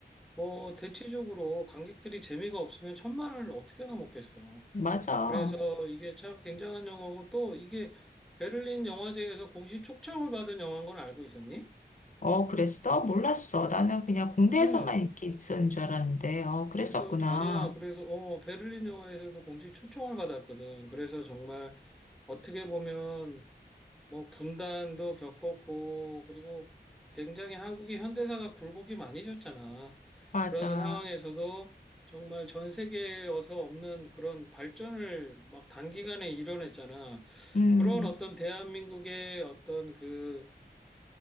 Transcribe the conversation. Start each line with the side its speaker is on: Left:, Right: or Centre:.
Centre: 뭐, 대체적으로 관객들이 재미가 없으면 천만을 어떻게나 먹겠어.
Left: 맞아.
Centre: 그래서 이게 참 굉장한 영화고 또 이게 베를린 영화제에서 공식 초청을 받은 영화인 건 알고 있었니?
Left: 어, 그랬어? 몰랐어. 나는 그냥 군대에서만
Centre: 음.
Left: 인기 있었는 줄 알았는데, 어, 그랬었구나.
Centre: 그래서, 아니야. 그래서, 어, 베를린 영화제에서도 공식 초청을 받았거든. 그래서 정말 어떻게 보면 뭐 분단도 겪었고 그리고 굉장히 한국이 현대사가 굴곡이 많이 졌잖아.
Left: 맞아.
Centre: 그런 상황에서도 정말 전 세계에서 없는 그런 발전을 막 단기간에 이뤄냈잖아.
Left: 음,
Centre: 그런 어떤 대한민국의 어떤 그